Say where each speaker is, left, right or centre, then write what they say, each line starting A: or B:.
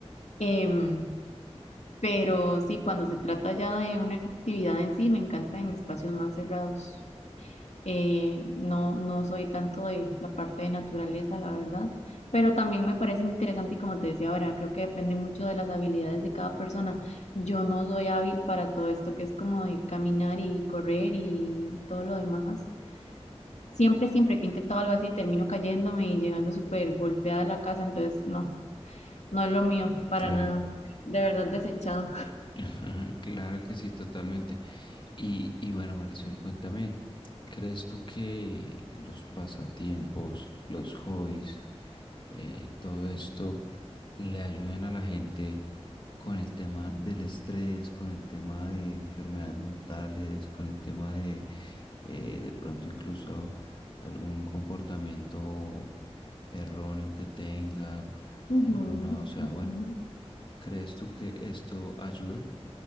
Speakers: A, on the left; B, on the left.
A: Em, pero sí, cuando se trata ya de una actividad en sí, me encanta en espacios más cerrados. Eh, no, no soy tanto de la parte de naturaleza, la verdad, pero también me parece interesante y como te decía ahora, creo que depende mucho de las habilidades de cada persona. Yo no soy hábil para todo esto que es como de caminar y correr y todo lo demás. Siempre, siempre que he intentado algo así, termino cayéndome y llegando súper golpeada a la casa, entonces no, no es lo mío, para
B: Claro,
A: nada. De verdad desechado.
B: <laughs> claro que sí, totalmente. Y, y bueno, Marisol, cuéntame, ¿crees tú que los pasatiempos, los hobbies, eh, todo esto le ayuden a la gente con el tema del estrés, con el tema de enfermedades mentales, con el tema de eh, de pronto incluso algún comportamiento erróneo que tengan,
A: Ujú,
B: alguna, o sea,
A: ujú.
B: bueno, ¿crees tú que esto ayuda?